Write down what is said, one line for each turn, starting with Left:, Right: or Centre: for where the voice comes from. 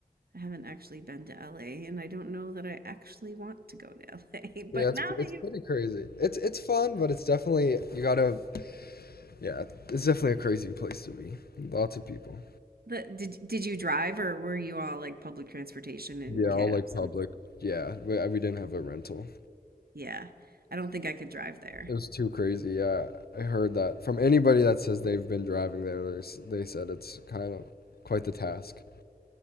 Right: I haven't actually been to LA, and I don't know that I actually want to go to LA. <laughs>
Left: Yeah,
Right: But
Left: it's
Right: now that
Left: it's
Right: you
Left: pretty crazy. It's it's fun, but it's definitely you gotta yeah, it's definitely a crazy place to be. Lots of people.
Right: the did did you drive or were you all like public transportation and
Left: Yeah,
Right: cabs
Left: all like public.
Right: and
Left: Yeah, we, we didn't have a rental.
Right: yeah, I don't think I could drive there.
Left: It was too crazy. Yeah, I heard that from anybody that says they've been driving there. They s- they said it's kind of quite the task.